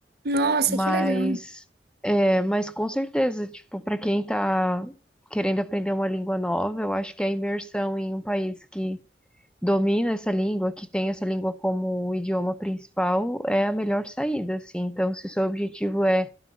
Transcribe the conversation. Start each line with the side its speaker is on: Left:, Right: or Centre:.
Right: Nossa,
Centre: Mas,
Right: que legal.
Centre: é, mas com certeza, tipo, para quem tá querendo aprender uma língua nova, eu acho que a imersão em um país que domina essa língua, que tem essa língua como o idioma principal, é a melhor saída, assim. Então, se o seu objetivo é